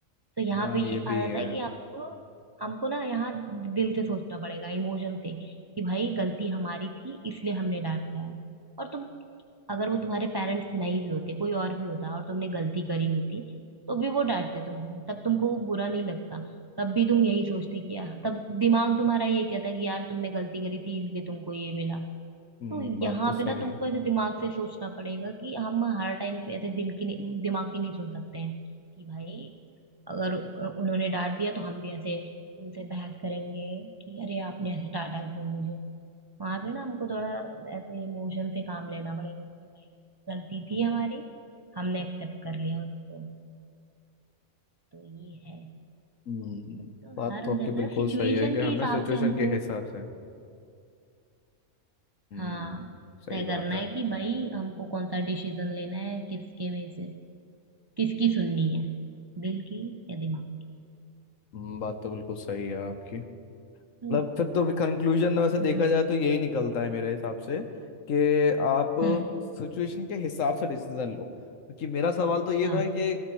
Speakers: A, on the right; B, on the left.
A: तो यहाँ
B: हाँ
A: पे
B: ये
A: ये
B: भी
A: आ जाता
B: है
A: है कि आपको हमको ना यहाँ दिल से सोचना पड़ेगा इमोशन से कि भाई गलती हमारी थी इसलिए हमने डांटा है और तुम अगर वो तुम्हारे पेरेंट्स नहीं भी होते कोई और भी होता और तुमने गलती करी होती तो भी वो डांटते तुमको तब तुमको वो बुरा नहीं लगता तब भी तुम यही सोचते कि यार तब दिमाग तुम्हारा ये कहता कि यार तुमने गलती करी थी इसलिए तुमको ये मिला
B: हम्म,
A: तो
B: बात
A: यहाँ
B: तो सही
A: पे ना तुमको
B: है
A: ऐसे दिमाग से सोचना पड़ेगा कि हम हर टाइम पे ऐसे दिल की नहीं दिमाग की नहीं सोच सकते हैं कि भाई अगर उ- उन्होंने डांट दिया तो हम भी ऐसे उनसे बहस करेंगे कि अरे आपने ऐसे डांटा क्यों मुझे वहां पे ना हमको थोड़ा ऐसे इमोशन से काम लेना पड़ेगा कि भाई गलती थी हमारी हमने एक्सेप्ट कर लिया उसको तो ये है
B: हम्म
A: तो
B: बात
A: हर
B: तो आपकी
A: जगह
B: बिल्कुल
A: सिचुएशन
B: सही है कि हमें
A: के हिसाब
B: सिचुएशन
A: से हमको
B: के हिसाब से हम्म
A: हाँ
B: सही
A: तय करना
B: बात है
A: है कि भाई हमको कौन सा डिसीजन लेना है किसके बेसिस किसकी सुननी है दिल की या दिमाग
B: हम्म, बात तो बिल्कुल सही है आपकी मतलब
A: की हम्म
B: फिर तो कंक्लूजन में वैसे देखा
A: हम्म
B: जाए तो यही निकलता है मेरे हिसाब से कि आप
A: हम्म,
B: सिचुएशन के हिसाब से डिसीजन लो क्योंकि मेरा सवाल तो ये
A: हाँ
B: था कि